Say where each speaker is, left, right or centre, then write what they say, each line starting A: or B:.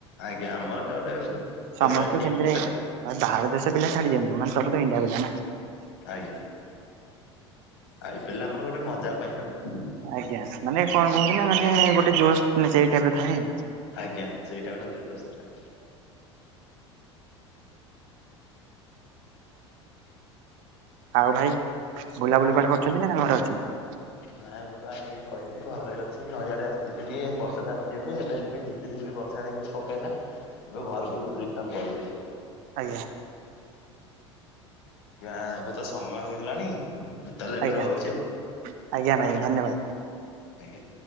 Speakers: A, on the left (about 70°); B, on the right (about 50°).
A: ଆଜ୍ଞା ଆମର ଏଟା ଗୋଟେ ଫେବରାଇଟ
B: ସମସ୍ତେ
A: ଟିମ୍
B: ସେମିତିରେ
A: ଗୋଟେ ଆଉ
B: ବାହାର ଦେଶ ପିଲା ଛାଡି ଦଅନ୍ତୁ ସବୁ ତ ଇଣ୍ଡିଆ ପିଲା ନା।
A: ଆଜ୍ଞା ଆଇପିଲେ ଆମର ଗୋଟେ ମଜା ପାଇଁ ଆଉ
B: ଆଜ୍ଞା ମାନେ କଣ କୁହନ୍ତି ନା ମାନେ ଗୋଟେ ଜୋସ୍ ସେଇ ଟାଇମ ରେ ଥାଏ।
A: ଆଜ୍ଞା ସେଇ ଟାଇମ ରେ ଗୋଟେ ଜୋସ୍ ଥିଲା।
B: ଆଉ ଭାଇ ବୁଲାବୁଲି କୁଆଡେ କରୁଛନ୍ତି ନା ଘରେ ଅଛନ୍ତି?
A: ନା ଏବେ ବା ଆଜ୍ଞା କହିଲି ଘରେ ଅଛି ନଈଆଡେ ଆସିଥିଲି ଟିକେ ବର୍ଷା ଛାଡିଛି ଏବେ ବି ଝିପି ଝିପି ବର୍ଷା ଏମିତି ପକେଇଲା ଏବେ ଘରକୁ ରିଟନ୍ କରିବି।
B: ଆଜ୍ଞା।
A: ଆଜ୍ଞା ଏବେ ତ ସମୟ ହେଇଗଲାଣି? ମୁଁ ତାହେଲେ ଏବେ
B: ଆଜ୍ଞା
A: ରହୁଛି ଆଉ
B: ଆଜ୍ଞା ଭାଇ ଧନ୍ୟବାଦ।
A: ଆଜ୍ଞା ଆଜ୍ଞା।